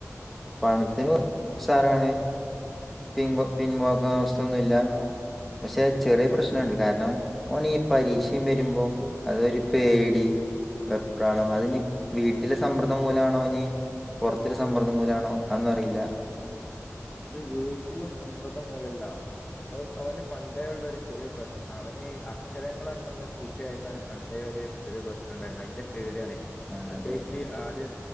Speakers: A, in the centre; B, on the left.
A: പണത്തിന് സാറാണ് പിൻ പിൻവാക്ക അവസ്ഥന്നുല്ല
B: ആ
A: പക്ഷെ ചെറിയ പ്രശ്നണ്ട് കാരണം ഓന് ഈ പരീക്ഷം വരുമ്പോം അതൊരു പേടി വെപ്രാളം അത് ഇനി വീട്ടിലെ സമ്മർദ്ദം മൂലാണോ ഇനി പൊറത്തില് സമ്മർദ്ദം മൂലാണോ അഒന്നും അറിയില്ല
B: അത് വീട്ടിലെ സമ്മർദ്ധം മൂലല്ല അത് അവന് പണ്ടേ ഉള്ള ഒരു ചെറിയ പ്രശ്ന അവന് അ ചെലങ്ങളൊക്കെന്ന് കൂട്ട്യയക്കാന് പണ്ടേ ഒരു ചെറിയ പ്രശ്നംണ്ടായിരുന്നു അയിന്റെ പേടിയാണ്
A: ആ
B: പ്രത്യേകിച്ച്
A: അതെ അതെ
B: ആദ്യ